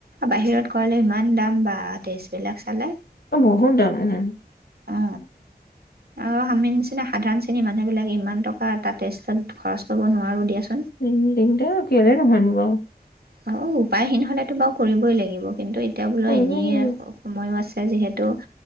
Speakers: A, on the right; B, on the left.
A: বাহিৰত গলে ইমান দাম বা টেষ্টবিলাক চালে।
B: অ বহুত দাম উম।
A: অঁ অ আৰু আমি নিচিনা সাধাৰণ শ্ৰেণীৰ মানুহবিলাকে ইমান টকা এটা টেষ্টত খৰচ কৰিব নোৱাৰোঁ দিয়াচোন।
B: উম দিগদাৰ কেলে নু নহয়নে বাউ। অহ।
A: অ উপায়হীন হলেতো বাৰু কৰিবই লাগিব। কিন্তু এতিয়া বোলো
B: কৰিব
A: এনেই
B: লাগিব
A: সময়ো আছে। যিহেতু